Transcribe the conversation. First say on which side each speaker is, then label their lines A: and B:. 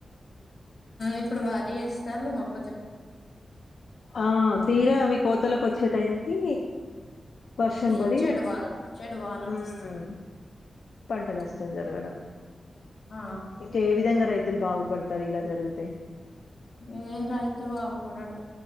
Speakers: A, on the left; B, on the left.
A: ఇప్పుడు వరి వేస్తారు మొక్క,
B: ఆ, తీరా అవి కోతలకు వచ్చే టైం కి, వర్షం
A: ఈ
B: బడి
A: చెడు వాన చెడు వానలు
B: ఉమ్మ్
A: వస్తున్నాయి
B: పంట నష్టం
A: ఉమ్
B: జరగడం.
A: ఆ
B: ఇంకా ఏ విధంగ్ రైతులు బాగుపడతారు. ఇలా జరుగుతే.
A: ఏ రైతు బాగుపడాడు